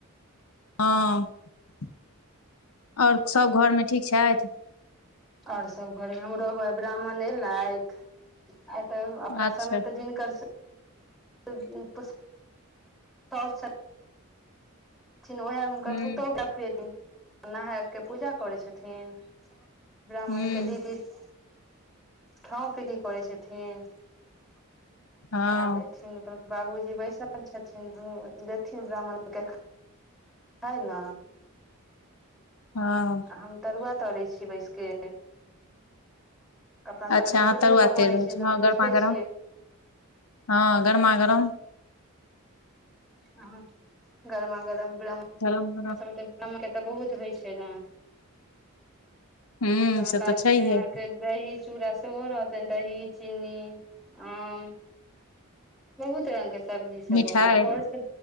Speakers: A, on the left (about 80°); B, in the centre.
A: हँ। <unintelligible> आओर सब घर मे ठीक छथि
B: आओर सब घरे नर। <unintelligible> ब्राह्मण एल आयत। <unintelligible> आइ तऽ अपना
A: अच्छा
B: समय तऽ जिनकर। <unintelligible> <unintelligible> ओहिह हुनकर
A: हूँ
B: पुतहु ओ का खुएथिन। <unintelligible> नहाय कऽ पूजा करै छथिन। <unintelligible> ब्राह्मणके
A: हूँ
B: दीदी। <unintelligible> ठौ पी कर छथि ठिन। <unintelligible>
A: हँ
B: आब एथिन <unintelligible> बाबूजी बैसल छथिन, <unintelligible> देथिन ब्राह्मण के खा हय ना।
A: हँ
B: हम तरुआ तरै छीये बैस के। अपना सबमे
A: अच्छा
B: तऽ
A: अहाँ
B: चूल्हे
A: तरुआ
B: पर बनै
A: तर रहल
B: छै
A: छी
B: से तऽ
A: हँ
B: बुझिते
A: गरमा
B: छियै
A: -गरम हँ गरमा -गरम।
B: ह <unintelligible> गरमा गरम।
A: धरम। <unintelligible>
B: ओय सब मे ते नमके तऽ बहुत होय छै ना।
A: हूँ
B: तहन
A: से
B: लास्ट
A: तऽ छैहे
B: मे अहाँ के दही-चूड़ा सेहो रहतेन। दही, चीनी, आम बहुत रंग के सब्जी सब
A: मिठाइ
B: मगर भोर से